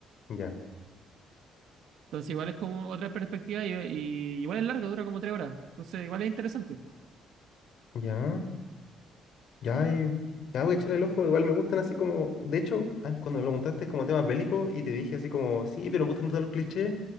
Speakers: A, on the left; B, on the right.
A: Ya,
B: Entonces igual es como otra perspectiva y, y igual es larga, dura como tres horas. Entonces igual es interesante.
A: ya, ya, y- ya voy a echarle el ojo. Igual me gustan así como. De hecho, antes cuando me preguntaste como temas bélicos y te dije así como, sí, pero me gustan todos los clichés,